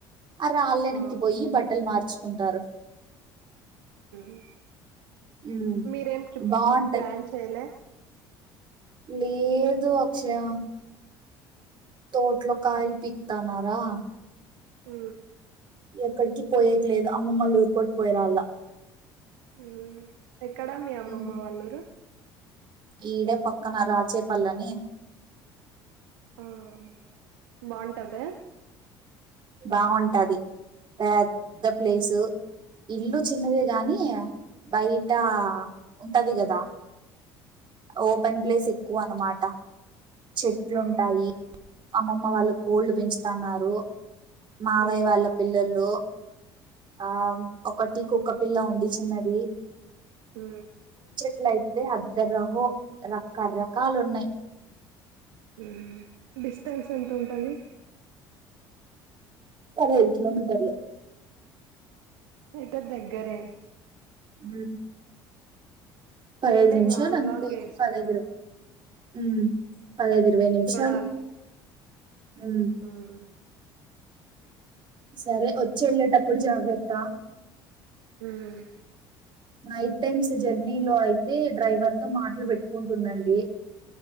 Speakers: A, on the right (about 40°); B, on the right (about 80°).
A: అ రాళ్నక్కి
B: ఆ
A: పోయి బట్టలు మార్చు ఉంటారు
B: మ్
A: ఉమ్
B: మీర్ ట్రిప్
A: బాగుంటది
B: ప్లాన్ చేలే
A: లేదు అక్షయ తోట్లో కాయలు పీకుతన్నారా
B: మ్
A: ఎక్కడికి పోయకలేదు అమ్మమ్మలు ఊరుకోటి పోయరాళ్ళ
B: హ్మ్ ఎక్కడ మీ అమ్మమ్మ
A: ఉమ్
B: వాళ్ళ ఊరు
A: ఈడే పక్కన రాచేపల్లి అని
B: ఆహా బాగుంటదా
A: బావుటాది పెద్ద ప్లేసు ఇల్లు చిన్నదే గానీ బైట
B: మ్మ్
A: టది గదా ఓపెన్ ప్లేస్ ఎక్కువ అనమా ట చెట్లుంటాయి
B: ఆ
A: అమ్మమ్మ వాళ్ళు కోళ్ళు పెంచుతాన్నారు మావయ్య
B: మ్మ్
A: వాళ్ళ పిల్లోల్లు ఆం ఒకటి కుక్కపిల్ల ఉంది చిన్నది
B: ఊ
A: ట్లైతే అదరహో రకరకాలు ఉన్నాయి
B: ఊ డిస్టెన్స్ ఎంతుంటది
A: పదిహేను కిలోమీటర్లే
B: అయితే దగ్గరే
A: ఊ పదిహైదు
B: మేమే
A: నిమిషాలు
B: లాంగ్
A: అంతే
B: లాంగ్ వేసినాం
A: పదిహైదు హ్మ్ పదిహైదు ఇరవై నిమిషాలు
B: చూడాలి
A: హ్మ్
B: ఉమ్
A: సరే వచ్చి వెళ్ళేటప్పుడు జాగ్రత్త
B: హ్మ్
A: నైట్ టైమ్స్ జర్నీ లో అయితే డ్రైవర్ తో మాటలు పెట్టుకుంటుండండి